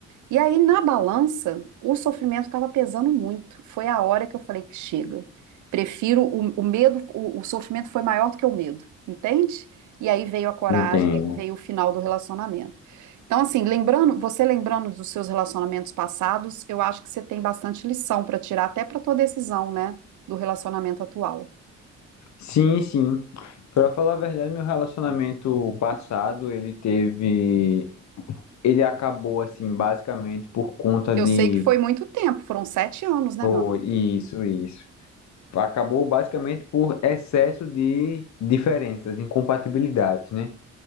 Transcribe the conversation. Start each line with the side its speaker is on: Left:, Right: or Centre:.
Right: E aí, na balança, o sofrimento estava pesando muito. Foi a hora que eu falei que chega. Prefiro o, o medo, o, o sofrimento foi maior do que o medo, entende? E aí veio a coragem,
Left: Entendo.
Right: aí veio o final do relacionamento. Então, assim, lembrando, você lembrando dos seus relacionamentos passados, eu acho que você tem bastante lição para tirar, até para tua decisão, né, do relacionamento atual.
Left: Sim, sim. Para falar a verdade, meu relacionamento passado, ele teve ele acabou assim basicamente por conta
Right: Eu
Left: de
Right: sei que foi muito tempo, foram sete anos, né,
Left: oh,
Right: meu amigo?
Left: isso, isso. acabou basicamente por excesso de diferenças, incompatibilidades, né?